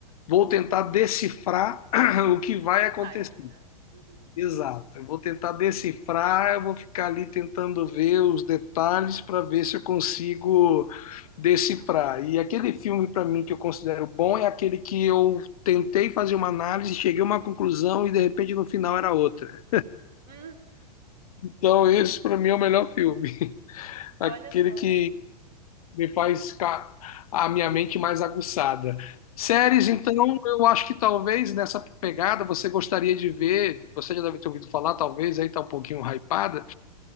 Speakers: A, on the left; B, on the right.
A: vou tentar decifrar <clears throat> o que vai
B: A mensagem,
A: acontecer.
B: né? Uhum.
A: Exato. Eu vou tentar decifrar, eu vou ficar ali tentando ver os detalhes para ver se eu consigo decifrar. E aquele filme para mim que eu considero bom é aquele que eu tentei fazer uma análise, cheguei a uma conclusão e de repente no final era outra.
B: Hum,
A: Então esse para mim é o melhor filme, <laughs>
B: olha
A: aquele
B: só.
A: que me faz ficar a minha mente mais aguçada. Séries,
B: Aham.
A: então, eu acho que talvez nessa pegada você gostaria de ver, você já deve ter ouvido falar, talvez aí tá um pouquinho hypada,